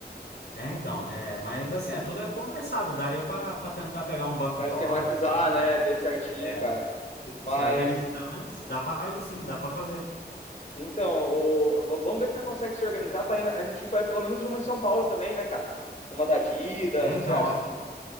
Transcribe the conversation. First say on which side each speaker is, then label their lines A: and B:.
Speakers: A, on the left; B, on the left.
A: é então, é, mas assim, é, tudo é conversado. Daria pra pra tentar pegar um banco
B: Pra
A: de
B: esquematizar,
A: horas lá.
B: né? Ver certinho,
A: É,
B: cara.
A: se,
B: Mas
A: se organizar antes, dá pra ir sim, dá pra fazer.
B: Então, o- v- vamos ver se nós consegue se organizar para a gente ir para pelo menos uma em São Paulo também, né, cara? Uma da Adidas,
A: É,
B: o
A: então,
B: que você acha?
A: nossa,